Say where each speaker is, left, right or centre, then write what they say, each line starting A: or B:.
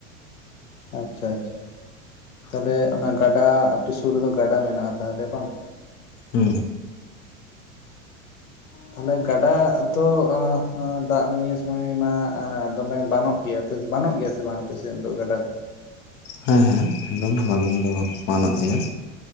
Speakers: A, on the left; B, on the left.
A: ᱟᱪᱪᱷᱟ ᱟᱪᱪᱷᱟ ᱛᱟᱦᱚᱞᱮ ᱚᱱᱟ ᱜᱟᱰᱟ ᱟᱯᱮ ᱥᱩᱨ ᱨᱮᱫᱚ ᱜᱟᱰᱟ ᱢᱮᱱᱟᱜ-ᱟ᱾ ᱛᱟᱦᱚᱞᱮ ᱵᱟᱝ
B: ᱦᱩ
A: ᱛᱟᱦᱚᱞᱮ ᱜᱟᱰᱟ ᱛᱚ ᱫᱟᱜ ᱱᱤᱭᱟᱹ ᱥᱩᱢᱟᱭ ᱢᱟ ᱫᱚᱢᱮ ᱵᱟᱹᱱᱚᱜ ᱜᱮᱭᱟ ᱵᱟᱹᱱᱚᱜ ᱜᱮᱭᱟ ᱥᱮ ᱵᱟᱝ ᱟᱯᱮ ᱥᱮᱫ ᱫᱚ ᱱᱤᱛᱚᱜ ᱜᱟᱰᱟ ᱠᱚ
B: ᱦᱮ ᱦᱮ ᱮᱠᱫᱚᱢ ᱵᱟᱱ ᱫᱚ ᱵᱟᱹᱱᱚᱜ ᱜᱮᱭᱟ